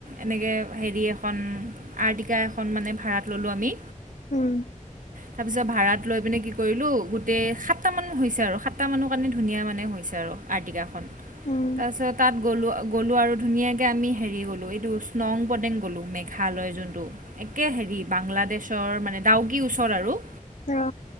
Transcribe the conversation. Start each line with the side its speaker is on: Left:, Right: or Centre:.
Right: এনেকে হেৰি এখন আৰ্টিকা এখন মানে ভাড়াত ল'লোঁ আমি
Left: উম
Right: তাৰপিছত ভাড়াত লৈ পিনে কি কৰিলোঁ গোটেই সাতটামান হৈছে আৰু সাতটামানৰ কাৰণে ধুনীয়া মানে হৈছে আৰু আৰ্টিকাখন
Left: উম
Right: তাৰপিছত তাত গ'লোঁ গ'লোঁ আৰু ধুনীয়াকৈ আমি হেৰি গ'লোঁ এইটো স্নং পদেং গ'লোঁ মেঘালয় যোনটো একে হেৰি বাংলাদেশৰ মানে ডাউকি ওচৰ আৰু
Left: অ